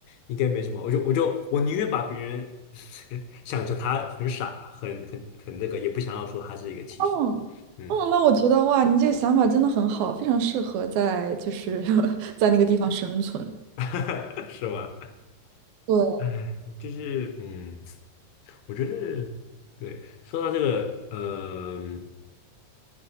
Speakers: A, on the left (about 75°); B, on the right (about 85°).
A: 应该没什么，我就我就我宁愿把别人 <laughs> 想着他很傻，很很很那个，也不想要说他是一个歧视，
B: 嗯嗯，
A: 嗯，
B: 那我觉得哇，你这个想法真的很好，非常适合在就是 <laughs> 在那个地方生存。
A: <laughs> 是吗？
B: 对。
A: 唉，就是嗯，我觉得对，说到这个，嗯、